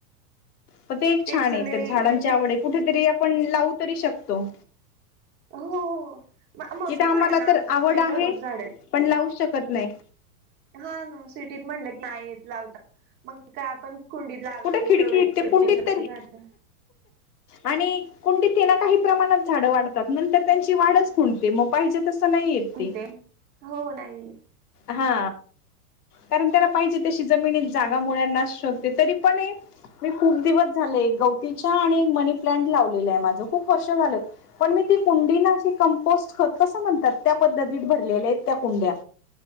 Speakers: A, on the left; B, on the right.
A: पण ते एक छान
B: तेच
A: आहे.
B: लय
A: तर झाडांची
B: म्हणजे
A: आवड आहे. कुठेतरी आपण लावू तरी शकतो.
B: हो हो, मोठी
A: इथं आम्हाला
B: म्हणाना,
A: तर
B: आमच्या
A: आवड
B: घरी
A: आहे
B: भरपूर झाड आहेत
A: पण लावू शकत नाही
B: हा सिटीत म्हणलं की नाय येत लावता मग, काय आपण कुंडीत लावेन
A: कुठे खिडकी
B: तेवढी
A: ते
B: छोटी
A: कुंडीत
B: छोटी,
A: तरी
B: झाडं.
A: आणि कुंडीत आहेना, काही प्रमाणात झाडं वाढतात. नंतर त्यांची वाढच खुंटते मग पाहिजे तसं नाय येत
B: कोणते
A: ते,
B: हो नाही
A: हा कारण त्याला पाहिजे. तशी जमिनीत जागा मुलांना शोधते तरी, पण मी खूप दिवस झाले, एक गौती चहा आणि एक मनी प्लांट लावलेलं आहे. माझ खूप वर्ष झाल. पण मी ती कुंडी ना अशी कंपोस्ट खत कसं म्हणतात. त्या पद्धतीत भरलेले आहेत त्या कुंड्या.